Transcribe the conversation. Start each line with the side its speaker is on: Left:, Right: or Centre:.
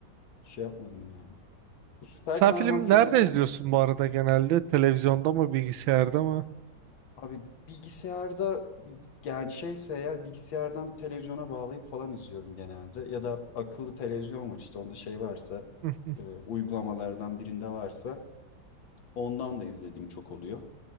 Left: Şey yapmadım yani. Bu süper
Right: Sen
Left: kahraman
Right: film
Left: filmleri
Right: nerede izliyorsun bu arada genelde? Televizyonda mı bilgisayarda mı?
Left: Abi bilgisayarda yani şeyse eğer bilgisayardan televizyona bağlayıp falan izliyorum genelde. Ya da akıllı televizyon var işte onda şey varsa
Right: Hı hı
Left: e, uygulamalardan birinde varsa ondan da izlediğim çok oluyor.